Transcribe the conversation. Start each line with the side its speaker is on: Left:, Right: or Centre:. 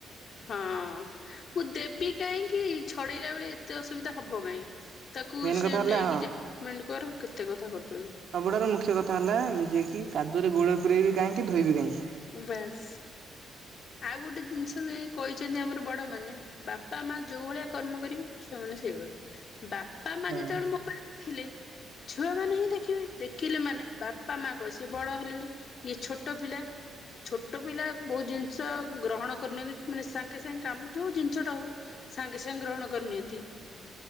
Left: ହଁ। ମୁଁ ଦେବି କାହିଁକି, ଛଡେଇଲା ବେଳେ ଏତେ ଅସୁବିଧା ହବ କାଇଁ। ତାକୁ
Right: ମେନ୍
Left: ସେ
Right: କଥା ହେଲା
Left: ନେଇକି
Right: ହଁ
Left: ଯା ଟ୍ରିଟମେଣ୍ଟ କର, କେତେ କଥା କରୁଚନ୍ତି।
Right: ସବୁଠାରୁ ମୁଖ୍ୟ କଥା ହେଲା, ଯିଏକି କାଦୁଅରେ ଗୋଡ ପୁରେଇବି କାହିଁକି, ଧୋଇବି କାହିଁକି।
Left: ବାସ୍। ଆଉ ଗୋଟେ ଜିନିଷ ବି ଏଇ କହିଛନ୍ତି ଆମର ବଡ ମାନେ ବାପା ମା ଯୋଉ ଭଳିଆ କର୍ମ କରିବେ, ଛୁଆମାନେ ସେଇଭଳିଆ। ବାପା ମା
Right: ହଁ
Left: ଯେତେବେଳେ ମୋ ଦେଖିଲେ ଛୁଆମାନେ ହିଁ ଦେଖିବେ। ଦେଖିଲେ ମାନେ ବାପା ମା କଣ, ସିଏ ବଡ ହେଲେଣି ଇଏ ଛୋଟ ପିଲା ଛୋଟ ପିଲା ବହୁତ ଜିନିଷ ଗ୍ରହଣ କରିନିଅନ୍ତି, ମାନେ ସାଙ୍ଗେ ସାଙ୍ଗେ କାମ ଯୋଉ ଜିନିଷଟା ହଉ ସାଙ୍ଗେ ସାଙ୍ଗେ ଗ୍ରହଣ କରିନିଅନ୍ତି।